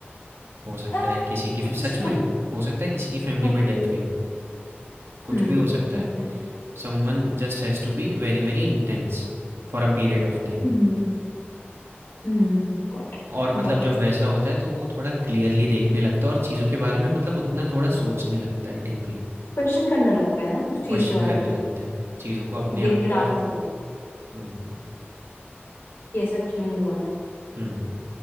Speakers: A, on the right; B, on the left.
A: हो सकता
B: आह,
A: है किसी की फ-
B: अच्छा
A: सच में हो सकता है किसी की फैमिली
B: <laughs> Okay
A: में डेथ हुई हो कुछ
B: हम्म
A: भी हो सकता है
B: Okay
A: Someone just has to be very very intense for a period of time
B: हम्म Hmm got it
A: और मतलब
B: got
A: जब
B: it
A: वैसा होता है तो वो थोड़ा क्लियरली देखने लगता है और चीज़ों के बारे में मतलब उतना थोड़ा सोचने लगता है डीपली
B: Question करने लगता है ना उस चीज
A: क्वेश्चन
B: के बारे
A: करने
B: में
A: लगते हैं चीज़ों को अपने
B: कि दे
A: आप
B: नीड
A: को
B: आंसर
A: और हम्म
B: कि ऐसा क्यों हुआ है
A: हम्म